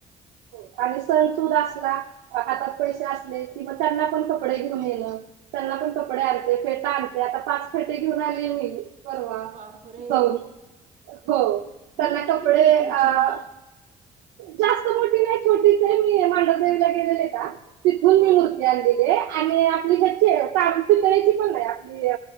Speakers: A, on the right; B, on the right.
A: हो, आणि सण-सुद असला म हातात पैसे असले, कि म त्यांना पण कपडे घेऊन, येणं. त्यांना पण कपडे आणते, फेटा आणते, आता पाच फेटे घेऊन आले मी. परवा,
B: बापरे
A: जऊन हो, त्यांना
B: मूर्ती
A: कपडे
B: केवढी आहे तुमची
A: अं जास्त मोठी नाही, छोटीच ये, मी हे मांडरदेवीला गेलेले का, तिथून
B: बर
A: मी मूर्ती
B: बर
A: आणलेली ये. आणि आपली ह्याची, ताम पितळेची पण नही, आपली